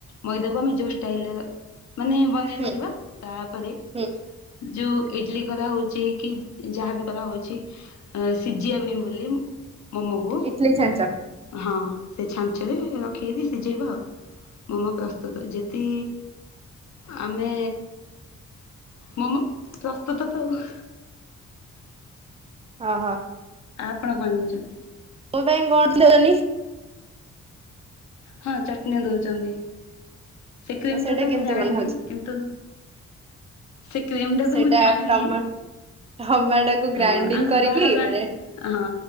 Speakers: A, on the left; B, on the right.
A: ମଇଦାକୁ ଆମେ ଯୋଉ ଷ୍ଟାଇଲ୍ ରେ ମାନେ ବନେଇ
B: ହୁଁ
A: ପାରିବା ତାପରେ?
B: ହୁଁ
A: ଯୋଉ ଇଡିଲି କରାହୋଉଚି କି ଯାହାବି କରାହୋଉଚି ଆ ସିଝିବା ପାଇଁ ବୋଲି। ମୋମୋକୁ
B: ଇଟଲି ଛାଞ୍ଚ
A: ହଁ ସେ ଛାଞ୍ଚରେ ରଖିକିରି ସିଝେଇବା ଆଉ। ମୋମୋ ପ୍ରସ୍ତୁତ ଯେଦି ଆମେ ମୋମୋ ପ୍ରସ୍ତୁତ ତ ଆଉ।
B: ଅହ।
A: ଆ ପଣ କଣ ଜାଉଚନ୍ତି।
B: ମୋ ପାଇଁ କଣ <unintelligible>
A: ହଁ ଚଟ୍ନି ଦଉଚନ୍ତି ସେ କ୍ରିମ
B: ସେଇଟା
A: ଟା ତ ମୁଁ
B: କେମିତି
A: ଜାଣିନି।
B: ବନାହଉଛି
A: କିନ୍ତୁ ସେ କ୍ରିମ୍ ଟା
B: ସେଇଟା
A: ତ ମୁଁ ଜାଣିନି।
B: ଟମା ଟମାଟୋକୁ ଗ୍ରାଇଣ୍ଡିଙ୍ଗ
A: ହଁ ଆମେ
B: କରିକି
A: ବାହାରୁ ଆଣିକି
B: ମାନେ
A: ହଁ।